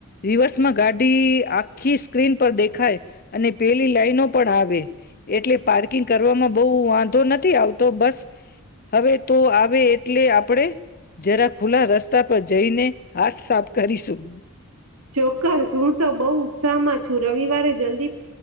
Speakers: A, on the left (about 40°); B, on the right (about 75°).
A: રિવર્સમાં ગાડી આખી સ્ક્રીન પર દેખાય અને પેલી લાઈનો પણ આવે એટલે પાર્કિંગ કરવામાં બહુ વાંધો નથી આવતો બસ હવે તો આવે એટલે કપડે જરા ખુલ્લા રસ્તા પર જઈને આ સાફ કરીશું.
B: ચોક્કસ હું તો બહુ ઉત્સાહમાં છું રવિવારે જલ્દી